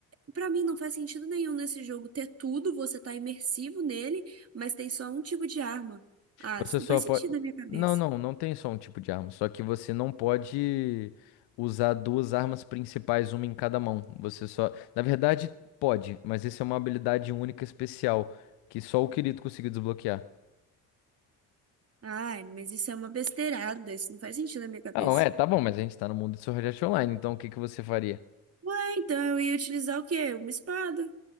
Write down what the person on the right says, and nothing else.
pra mim não faz sentido nenhum nesse jogo ter tudo, você tá imersivo nele, mas tem só um tipo de arma. Ah,
isso não
faz
sentido na minha cabeça.
Ai, mas isso é uma besteirada, isso não faz sentido na minha cabeça.
Ué, então eu ia utilizar o quê? Uma espada.